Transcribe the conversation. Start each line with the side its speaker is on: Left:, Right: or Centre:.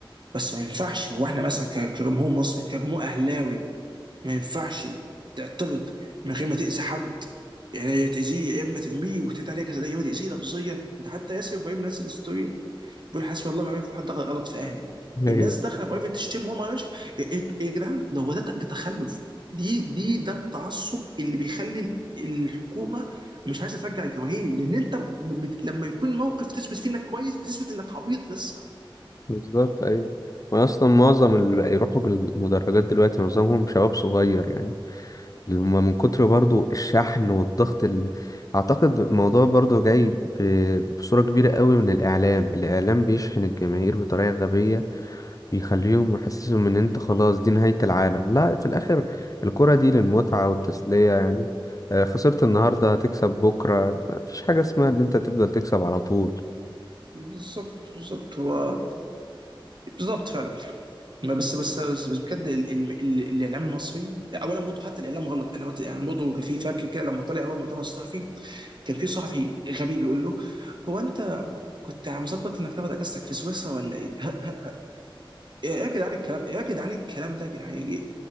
Right: بس ما ينفعش هو احنا مثلا ك- كجمهور مصري كجمهور اهلاوي ما ينفعش تعترض من غير ما تأذي حد يعني يا تأذيه يا اما ترميه وتتعدى عليه كذا يا اما تأذيه لفظيا ده حتى ياسر ابراهيم نزل ستوري بيقول حسبي الله ونعم الوكيل حد دخل غلط في اهلي الناس
Left: ايوه
Right: داخله برايفت تشتم هو ما عملش إيه- إيه- إيه يا جدعان ده هو ده ده تخلف دي دي ده التعصب اللي بيخلي ال- الحكومه مش عايزه ترجع الجماهير لان انت ب- بت- لما يكون موقف تثبت فيه انك كويس بتثبت انك عبيط لسه
Left: بالظبط ايوه واصلا معظم اللي بقى يروحوا المدرجات دلوقتي معظمهم شباب صغير يعني اللي هم من كتر برضو الشحن والضغط اللي اعتقد الموضوع برضو جاي ب- بصورة كبيرة قوي من الاعلام الاعلام بيشحن الجماهير بطريقة غبية بيخليهم يحسسهم ان انت خلاص دي نهاية العالم لا في الاخر الكرة دي للمتعة والتسلية يعني آه، خسرت النهاردة هتكسب بكرة مفيش حاجة اسمها ان انت تفضل تكسب على طول
Right: بالظبط بالظبط هو بالظبط فعلا ما بس بس بس, بس بجد ال- ال- ال- الاعلام المصري اولا برضه حتى الاعلام غلط انا بت- يعني برضه كان في فاكر كده لما طلع هو المؤتمر الصحفي كان في صحفي غبي بيقول له هو انت كنت مظبط انك تاخد اجازتك في سويسرا ولا ايه؟ <laughs> ايه يا جدعان الكلام ايه يا جدعان الكلام ده يا جدعان